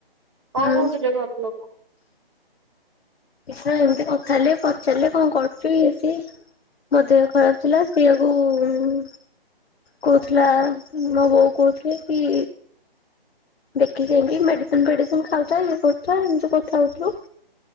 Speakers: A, on the right; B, on the left.
A: କଁ
B: ହୁଁ।
A: କୋଉଥିଲେ ଘର ଲୋକ?
B: କିଛି ନାଇଁ, ଏମ୍ତି କଥା ହେଲେ ପଚାରିଲେ କଁ କରୁଛୁ ଇଏ ସିଏ ମୋ ଦେହ ଖରାପ୍ ଥିଲା ସିଇଆକୁ ଉ କୋଉଥିଲା, ମୋ ବୋଉ କୋଉଥିଲେ କି ଦେଖି ଚାଇଁକି ମେଡିସିନ୍ ଫେଡିସିନ୍ ଖାଉଥା ଇଏ କରୁ ଥା ଏମିତି କଥା ହୋଉଥୁଲୁ।